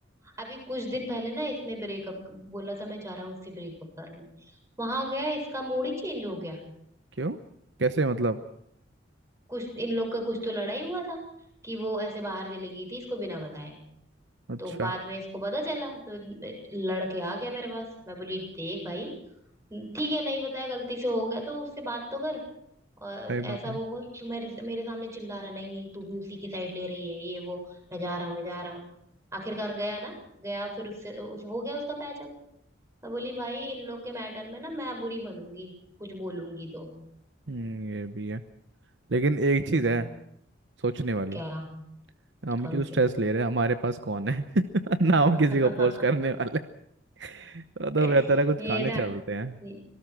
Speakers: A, on the right; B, on the right.
A: अभी कुछ दिन पहले ना इसने ब्रेकअप बोला था मैं जा रहा हूँ इससे ब्रेकअप करने वहां गया इसका मूड ही चेंज हो गया
B: क्यों कैसे मतलब
A: कुछ इन लोग का कुछ तो लड़ाई हुआ था कि वो ऐसे बाहर चली गई थी इसको बिना बताए
B: अच्छा
A: तो बाद में इसको पता चला तो लड़के आ गया मेरे पास मैं बोली देख भाई ठीक है नहीं बताया गलती से हो गया तो उससे बात तो कर और
B: सही बात
A: ऐसा
B: है
A: वो कर तू मेरे मेरे सामने चिल्ला रहा नहीं नहीं तू भी उसी की साइड ले रही है ये वो मैं जा रहा हूँ मैं जा रहा हूँ आखिरकार गया ना गया फिर उससे उस, हो गया उसका पैचअप मैं बोली भाई इन लोग के मैटर में ना मैं बुरी बनूंगी कुछ बोलूंगी तो
B: हम्म ये भी है लेकिन एक चीज
A: हम्म,
B: है सोचने वाली
A: क्या
B: हम
A: कौन
B: क्यों स्ट्रेस
A: सी
B: ले रहे हैं हमारे पास कौन है <laughs> ना हम
A: <laughs>
B: किसी को पोस्ट करने वाले <laughs> तो, तो
A: <laughs>
B: बेहतर है कुछ
A: ये
B: खाने
A: ना
B: चलते हैं
A: ये